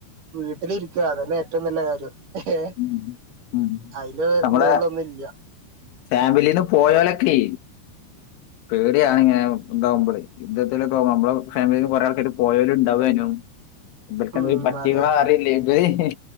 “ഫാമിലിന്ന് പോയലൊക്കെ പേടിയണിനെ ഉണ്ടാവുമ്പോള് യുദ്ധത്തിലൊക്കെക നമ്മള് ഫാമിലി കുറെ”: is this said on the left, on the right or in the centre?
Left